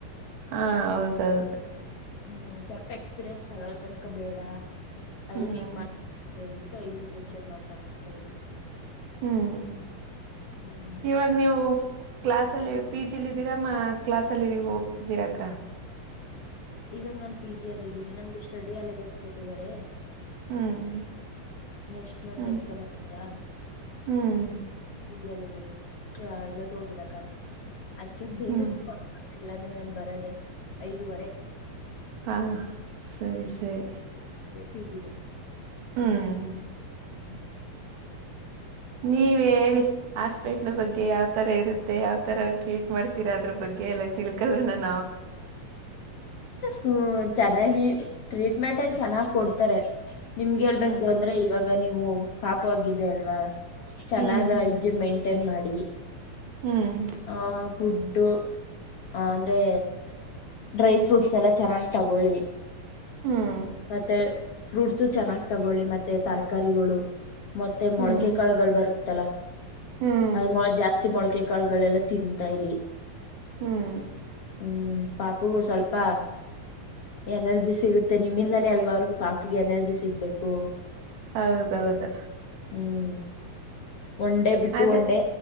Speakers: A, on the right; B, on the left.
A: ಹಾ ಹೌದೌದು
B: ಹ್ಮ್ ಸ್ವಲ್ಪ ಎಕ್ಸ್ಪೀರಿಯನ್ಸ್ ತಗೋಳ ತನಕ ಬೇಡ
A: ಹ್ಮ್
B: ಐವಿಗ್ ಏನ್ ಟೈವ್ ಇಂಜೆಕ್ಷನ್ ಮಾತ್ರ ಹಾಕ್ಸ್ತಾ ಇದ್ರು
A: ಹ್ಮ್
B: ಹ್ಮ್
A: ಇವಾಗ ನೀವು ಕ್ಲಾಸಲ್ಲಿ ಪಿ ಜಿಲಿ ಇದಿದ್ದೀರಾ ಮಾ ಕ್ಲಸ್ಲ್ಲಿ ಹೋಗ್ತಿದ್ದೀರಕ್ಕ
B: ಇವಾಗ ನಾನ್ ಪಿ ಜಿ ಅಲ್ಲ ಇದೀನಿ ನಮ್ಗೆ ಸ್ಟಡಿ ಅಲ್ಲಿ ಡಸ್ ಕೊಟ್ಟಿದ್ದಾರೆ
A: ಹ್ಮ್
B: ನೆಕ್ಸ್ಟ್ ಮಂತ್
A: ಹ್ಮ್
B: ಎಕ್ಸಾಮ್ ಆಯತಲ್ಲ
A: ಹ್ಮ್
B: ಜಲ್ಲ ಇದಿದ್ದೀನಿ ಇವತ್ತು ಹೋಗಿಲ್ಲ ಕ ಅದಕ್ಕೆ ಬೇಗ
A: ಹ್ಮ್
B: ಇಲ್ಲಾಂದ್ರೆ ನನ್ ಬರದೆೇ ಐದುವರೆ
A: ಹಾ ಸರಿ ಸರಿ
B: ಪಿ ಜಿಗೆ
A: ಹ್ಮ್
B: ಹ್ಮ್
A: ನೀವ ಹೇಳಿ ಹಾಸ್ಪೆಟ್ಲ್ ಬಗ್ಗೆ ಯಾವ್ತರ ಇರುತ್ತೆ ಯಾವ್ತರ ಟ್ರೀಟ್ ಮಾಡ್ತೀರಾ ಅದ್ರ ಬಗ್ಗೆ ಎಲ್ಲ ತಿಳ್ಕ ನ
B: ಹ್ಮ ಚೆನ್ನಾಗಿ ಟ್ರೀಟ್ಮೆಂಟ್ ಚೆನ್ನಾಗ್ ಕೊಡ್ತಾರೆ ನಿಮ್ಗೆ ಹೇಳ್ಬೇಕು
A: ಹ್ಮ್
B: ಅಂದ್ರೆ ಇವಾಗ ನೀವು ಪಾಪವಾಗಿದ್ದ ಅಲ್ವಾ ಚೆನ್ನಾಗ
A: ಹ್ಮ್
B: ಇಜಡ್ ಮೈಂಟೈನ್ ಮಾಡಿ
A: ಹ್ಮ್
B: ಹ ಫುಡ್ ಆ ಅಂದ್ರೆ ಡ್ರೈ ಫ್ರೂಟ್ಸ್ ಎಲ್ಲ ಚೆನ್ನಾಗ್ ತಗೊಳ್ಳಿ
A: ಹ್ಮ್
B: ಮತ್ತೆ ಫ್ರೂಟ್ಸು ಚೆನ್ನಾಗ್ ತಗೊಳ್ಳಿ ಮತ್ತೆ ತರಕಾರಿಗಳು ಮತ್ತೆ
A: ಹ್ಮ್
B: ಮೊಳಕೆ ಕಾಳುಗಳು ಬರುತ್ತಲ್ಲ
A: ಹ್ಮ್
B: ಅದ ಮೊ ಜಾಸ್ತಿ ಮೊಳಕೆ ಕಾಳಗಳೆಲ್ಲಾ ತಿನ್ಂತ ಇರಿ
A: ಹ್ಮ್
B: ಹ್ಮ್ ಪಾಪ ಸ್ವಲ್ಪ ಎನರ್ಜಿ ಸಿಗುತ್ತೆ ನಿಮ್ಮಿಂದನೇ ಅಲ್ವಾ ಅವ್ರಿಗೆ ಪಾಪಗೆ ಎನರ್ಜಿ ಸಿಗ್ಬೇಕು
A: ಹೌದೌದು
B: ಹ್ಮ್ ಒನ್ ಡೇಬಿಟ್ಟು
A: ಅದೇ
B: ಒನ್ ಡೇ